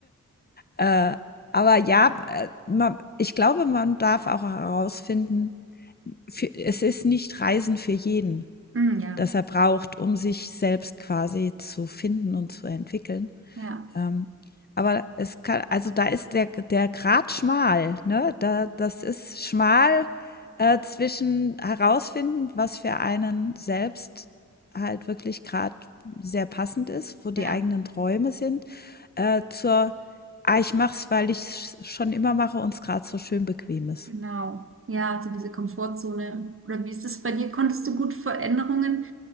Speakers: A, on the left; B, on the right.
A: äh, aber ja, äh, man, ich glaube, man darf auch herausfinden, für, es ist nicht Reisen für jeden
B: Hm, ja,
A: das er braucht, um sich selbst quasi zu finden und zu entwickeln.
B: ja.
A: Ähm, aber es kann, also da ist der, der Grat schmal, ne? Da, das ist schmal äh, zwischen herausfinden, was für einen selbst halt wirklich gerade sehr passend ist, wo die
B: Ja,
A: eigenen Träume sind, äh, zur, ah, ich mach's, weil ich es schon immer mache und es gerade so schön bequem ist.
B: genau. Ja, also diese Komfortzone. Oder wie ist das bei dir? Konntest du gut Veränderungen